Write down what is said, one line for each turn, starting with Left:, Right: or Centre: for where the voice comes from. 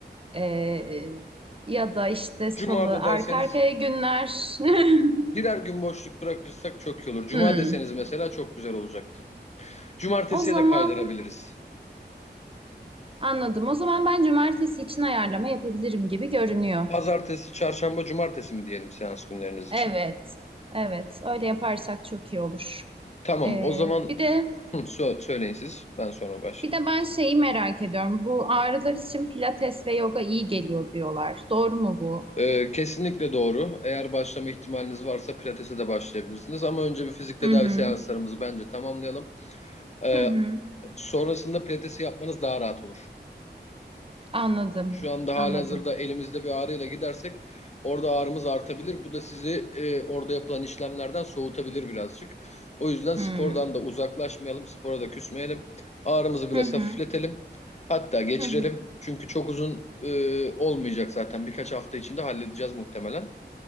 Right: e, e, ya da işte salı,
Left: Cuma'da
Right: arka
Left: derseniz
Right: arkaya günler. <laughs>
Left: birer gün boşluk bırakırsak çok iyi olur. Cuma
Right: Hmm.
Left: deseniz mesela çok güzel olacaktı. Cumartesiye
Right: O zaman
Left: de kaydırabiliriz.
Right: anladım. O zaman ben cumartesi için ayarlama yapabilirim gibi görünüyor.
Left: Pazartesi, çarşamba, cumartesi mi diyelim seans günleriniz için?
Right: Evet, evet. Öyle yaparsak çok iyi olur.
Left: Tamam,
Right: E,
Left: o zaman
Right: bir de
Left: <laughs> sö- söyleyin siz. Ben sonra başlayayım.
Right: bir de ben şeyi merak ediyorum. Bu ağrılar için pilates ve yoga iyi geliyor diyorlar. Doğru mu bu?
Left: Ee, kesinlikle doğru. Eğer başlama ihtimaliniz varsa pilatese de başlayabilirsiniz. Ama önce bir fizik tedavi
Right: Hı hı.
Left: seanslarımızı bence tamamlayalım. Ee,
Right: Hı hı.
Left: sonrasında pilatesi yapmanız daha rahat olur.
Right: Anladım.
Left: Şu anda halihazırda
Right: Anladım.
Left: elimizde bir ağrıyla gidersek orada ağrımız artabilir. Bu da sizi e, orada yapılan işlemlerden soğutabilir birazcık. O yüzden spordan
Right: Hmm.
Left: da uzaklaşmayalım, spora da küsmeyelim. Ağrımızı biraz
Right: Hı hı.
Left: hafifletelim. Hatta geçirelim.
Right: Hı hı.
Left: Çünkü çok uzun e, olmayacak zaten. Birkaç hafta içinde halledeceğiz muhtemelen.